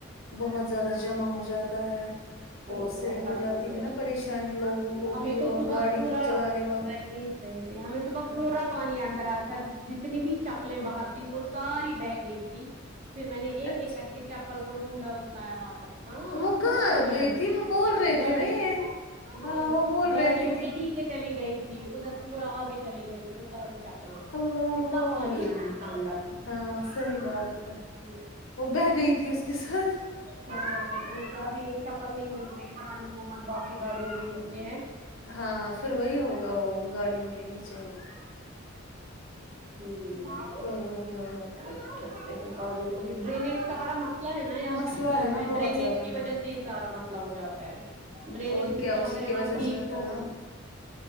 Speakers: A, on the left; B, on the right.
A: بہت زیادہ جمع ہو جاتا ہے پھر
B: اور
A: اس
B: کیا
A: سے
B: سڑکوں
A: ہو جاتی
B: پہ
A: ہے نا پریشانی لوگوں کو
B: ہمیں
A: بھی
B: تو
A: اور
B: صبح
A: گاڑی
B: پورا
A: چلانے والوں
B: صحیح صحیح صحیح ہمیں صبح پورا
A: ہاں
B: پانی اندر آیا تھا جتنی بھی چپلیں باہر تھی وہ ساری بہہ گئی تھی پھر میں نے ایک
A: اچھا
B: ایک کر کے چیپل کو ڈھونڈا اور لایا واپس ہاں
A: وہ
B: ہم میں
A: کہاں
B: بہت پانی
A: گئی
B: آئے
A: تھی بول رہے
B: گاڑی
A: تھے نا یہ
B: امم
A: ہاں وہ بول
B: گاڑیوں
A: رہے تھے کہ
B: کے نیچے چلی گئی تھی ادھر پورا اگے چلی گئی تھی وہ ساری چپلیں
A: اللہ
B: اتنا
A: اکبر
B: پانی آیا تھا اندر
A: ہاں
B: امم
A: صحیح بات ہے وہ بہہ گئی تھی اس کے ساتھ
B: ہاں اور کیا ا بھی ایک چپل نہیں مل رہی ہے پتہ نہیں محمد باپ کی گاڑیوں کے نیچے ہے
A: ہاں ہاں پھر وہی ہوگا وہ ان گاڑیوں کے نیچے ہوگی
B: امم
A: وہی وہی ہوگا
B: سکتے ہیں پانی تو بھی ڈرینیج کا بڑا مسئلہ ہے نا یہاں
A: مسئلہ
B: کشمیر
A: ہے نا
B: میں
A: بہت
B: ڈرینیج
A: زیادہ
B: کی وجہ
A: ہاں
B: سے سارا مسئلہ ہو جاتا ہے ڈرینیج
A: اور کیا
B: سسٹم
A: اسی
B: اگر
A: کی
B: یہاں
A: وجہ
B: ٹھیک
A: سے ہوتا
B: ہو
A: نا